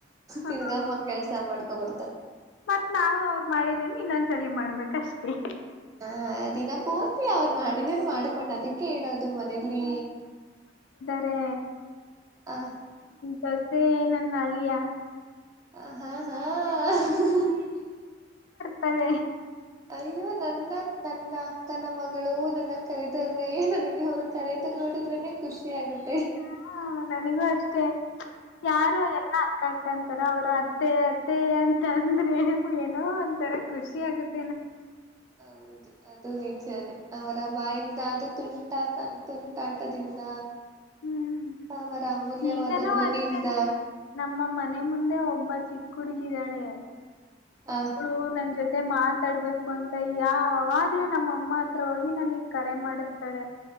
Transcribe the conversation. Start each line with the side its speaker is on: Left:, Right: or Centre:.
Left: ಹ
Right: ತಿರ್ಗಮ್ಮ ಕೆಲ್ಸ ಮಾಡ್. ಕವತ್ರ್
Left: ಮತ್ ನಾವು ಅವ್ರು ಮಾಡಿದ್ನೆ ಇನ್ನೊ ಸಲಿ ಮಾಡ್ಬೇಕಷ್ಟೇ.
Right: ಹಾ ದಿನ ಪೂರ್ತಿ ಅವ್ರು ಮಾಡಿದೇನ್ ಮಾಡ್ಕೊಂಡ್ ಅದಕ್ಕೆ ಹೇಳೋದು ಮನೇಲಿ.
Left: ದೇ
Right: <unintelligible> <inaudible>
Left: ಸೊಸೆ ನನ್ನಳಿಯಾ
Right: ಆ ಹಾ ಹಾ <unintelligible>
Left: ತವೆ.
Right: ಅಯ್ಯೋ ನನ್ನ ನನ್ನ ಅಕ್ಕನ ಮಗಳು ನನ್ನ ಕರದರೇ ನನಗೆ ಅವರು ಕರೆದ್ರು ನೋಡಿದ್ರೇನೆ ಖುಷಿ ಆಗುತ್ತೆ.
Left: ಹ್ಮ ನನಗೂ ಅಷ್ಟೆ ಯಾರು ಎಲ್ಲಾ ಅಕ್ಕ್ ಕ್ ಕಂತರ ಅವ್ರ ಅತ್ತೆ ಅತ್ತೆ ಅಂತಂದ್ರೆ ಏನೋ ಒಂತರ ಖುಷಿ ಆಗುತ್ತ್
Right: <inaudible> ಹೌದು ಅದ್ ದು ನಿಜಾನೆ ಅವರ ಬಾಯಿಂದ ಅದು ತುಂಟಾತ ತುಂಟಾಟದಿಂದ
Left: ಹ್ಮ್
Right: ಅವರ ಅಮೂಲ್ಯವಾದ
Left: ಈಗನೂ
Right: ಧ್ವನಿಯಿಂದ
Left: ಅಷ್ಟೇನೆ ನಮ್ಮ ಮನೆ ಮುಂದೆ ಒಬ್ಬ್ ಚಿಕ್ಕ್ ಹಡ್ಗಿದಾಳೆ.
Right: ಹ
Left: ಳ್ ನನ್ ಜೊತ್ ತ್ತ್ ಮಾತಾಡ್ಬೇಕು ಅಂತ ಯಾವಾಗ್ಲೂ ನಮ್ಮಮ್ಮ ಹತ್ರ ಹೋಗಿ ನನಗ್ ಕರೆ ಮಾಡಿಸ್ತಾಳೆ.